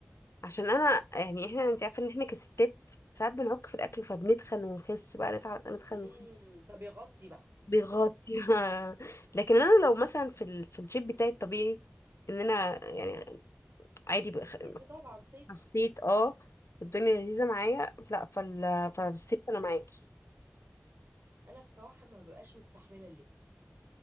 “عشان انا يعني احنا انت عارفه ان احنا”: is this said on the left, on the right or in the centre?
Left